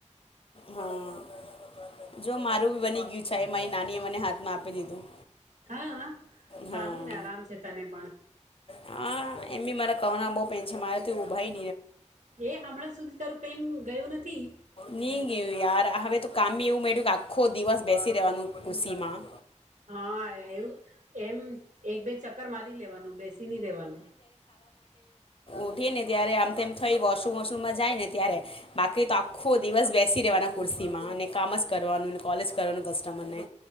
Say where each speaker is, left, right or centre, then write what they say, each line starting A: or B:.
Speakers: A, on the left (about 50°); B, on the right (about 80°).
A: હમ. જો મારું બની ગયું છે એ મારી નાની એ મને હાથમાં આપી દીધું
B: હા સારું
A: હા
B: ને આરામ છે તને પણ
A: હા એમ બી મારા કહ બહ પેન છે મારે થી ભાઈ
B: એ હમણાં સુધી તારું પેન ગયું નથી.
A: નહી ગયું યાર હવે તો કામી એવું મયું કે આખો દિવસ બેસી રહેવાનું ખુશીમાં
B: હા એવું એમ એક બે ચક્કર મારી લેવાનું બેસી ન રેવાનું.
A: ઉઠી ને ત્યારે આમ તેમ થાય વોશરૂમ વોશરૂમમાં જાય ને ત્યારે બાકી તો આખો દિવસ બેસી રહેવાના કુરસીમાં અને કામ જ કરવાનું કોલેજ કરવાનું કસ્ટમરને